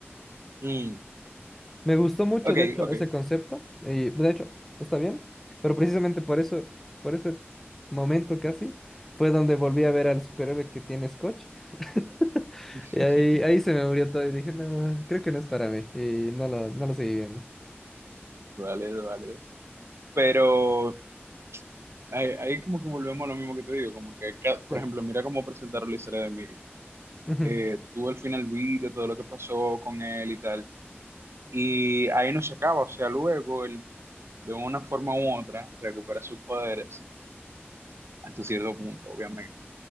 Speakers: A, on the right (about 75°); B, in the centre.
A: Mm,
B: Me gustó mucho,
A: ok,
B: de hecho,
A: ok.
B: ese concepto, y de hecho, está bien, pero precisamente por eso, por ese momento casi, fue donde volví a ver al superhéroe que tiene Scotch, <laughs>
A: <laughs>
B: y ahí, ahí se me murió todo y dije, no, creo que no es para mí, y no lo, no lo seguí viendo.
A: Vale, vale, Pero ahí, ahí como que volvemos a lo mismo que te digo, como que, ca- por
B: Sí,
A: ejemplo, mira cómo presentaron la historia de Emilio.
B: ujú,
A: Eh, tú al final viste todo lo que pasó con él y tal, y ahí no se acaba, o sea, luego él de una forma u otra recupera sus poderes hasta cierto punto, obviamente.